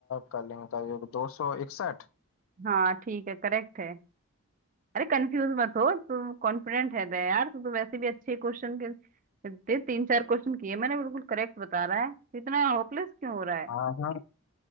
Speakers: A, on the left; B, on the right.
A: कलिंग का युग दो सौ इकसठ
B: हाँ ठीक है करेक्ट है अरे कंफ्यूज मत हो तू कॉन्फिडेंट है रे यार तू तो वैसे भी अच्छे क्वेश्चन के दे तीन चार क्वेश्चन किए मैंने बिल्कुल करेक्ट बता रहा है तो इतना होपलेस क्यों हो रहा है
A: हाँ हाँ